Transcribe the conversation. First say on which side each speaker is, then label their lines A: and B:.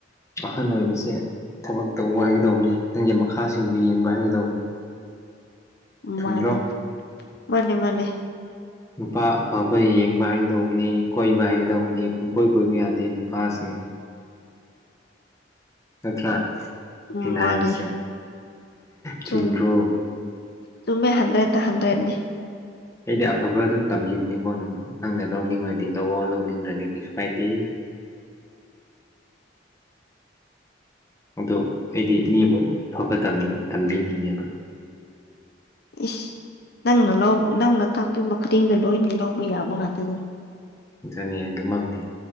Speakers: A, on the left; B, on the left.
A: ꯑꯥꯍꯟ ꯑꯣꯏꯕꯁꯦ ꯊꯕꯛ ꯇꯧꯕ ꯍꯥꯏꯒꯗꯧꯕꯅꯤ ꯅꯪꯒꯤ ꯃꯈꯥꯁꯤꯡꯕꯨ ꯌꯦꯡꯕ ꯍꯥꯏꯒꯗꯧꯕꯅꯤ ꯆꯨꯝꯗ꯭ꯔꯣ
B: ꯃꯥꯅꯦ ꯃꯥꯅꯦ ꯃꯥꯅꯦ
A: ꯅꯨꯄꯥ ꯑꯐꯕ ꯌꯦꯡꯕ ꯍꯥꯏꯒꯗꯧꯕꯅꯤ ꯀꯣꯏꯕ ꯍꯥꯏꯒꯗꯧꯕꯅꯤ ꯄꯨꯡꯀꯣꯏ ꯀꯣꯏꯕ ꯌꯥꯗꯦ ꯅꯨꯄꯥꯁꯤꯡ ꯅꯥꯠꯇꯔ꯭
B: ꯎꯝ
A: ꯑꯩꯅꯥ
B: ꯃꯥꯅꯦ
A: ꯍꯥꯌꯕꯁꯦ ꯆꯨꯝꯗꯔꯣ
B: ꯆꯨꯝ ꯆꯨꯝꯃꯦ ꯍꯟꯗ꯭ꯔꯦꯠꯇ ꯍꯟꯗ꯭ꯔꯦꯠꯅꯦ
A: ꯑꯩꯗꯤ ꯑꯐꯕ ꯑꯗꯨꯝ ꯇꯝꯕꯤꯕꯅꯤꯀꯣ ꯅꯪꯕꯨ ꯅꯪꯅ ꯂꯧꯅꯤꯡꯉꯗꯤ ꯂꯧꯑꯣ ꯂꯧꯅꯤꯡꯗ꯭ꯔꯗꯤ ꯀꯩꯁꯨ ꯀꯥꯏꯗꯦ <inaudible> ꯑꯗꯣ ꯑꯩꯗꯤ ꯃꯤꯕꯨ ꯐꯕ ꯇꯝꯕꯤꯅꯤꯡꯉꯦꯕ
B: ꯏꯁ ꯅꯪꯅ ꯅꯪꯅ ꯇꯥꯛꯄꯤꯕ ꯈꯨꯗꯤꯡꯗ ꯂꯣꯏꯅ ꯂꯧꯕ ꯌꯥꯕ ꯉꯥꯛꯇꯅꯤ
A: ꯑꯗꯨꯅꯤ ꯑꯗꯨꯃꯛꯅꯤ